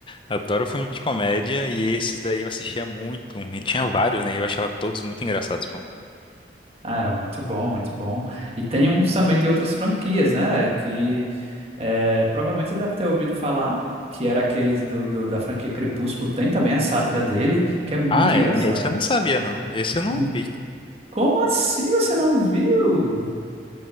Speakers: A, on the left; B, on the right.
A: Adoro filme de comédia e esses daí eu assistia muito. E tinha vários, né? Eu achava todos muito engraçados, pô.
B: Ah, era muito bom, muito bom. E tem uns também de outras franquias, né? Que É, provavelmente você deve ter ouvido falar que era aqueles do, do- da franquia Crepúsculo. Tem também a sátira dele, que é muito
A: Ah,
B: engraçado.
A: é? Esse eu não sabia, não. Esse eu não
B: Hum,
A: vi.
B: Como assim você não viu?